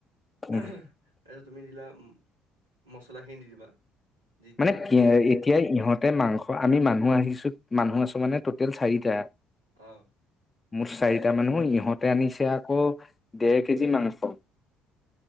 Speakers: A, on the left; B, on the right.
A: উম
B: তাৰপিছত তুমি দিলা, মচলাখিনি দি দিবা। যি তোমাৰ
A: মানে
B: ধ-
A: এতিয়া ইহঁতে মাংস আমি মানুহ আহিছো মানুহ আছো মানে ট'টেল চাৰিটা।
B: অ'।
A: মুঠ চাৰিটা মানুহ ইহঁতে আনিছে আকৌ দেৰ কেজি মাংস।